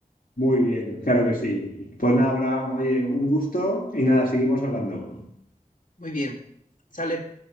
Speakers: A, on the left; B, on the left.
A: Muy bien, claro que sí. Pues nada, Abraham, oye, un gusto y nada, seguimos hablando.
B: Muy bien. Sale.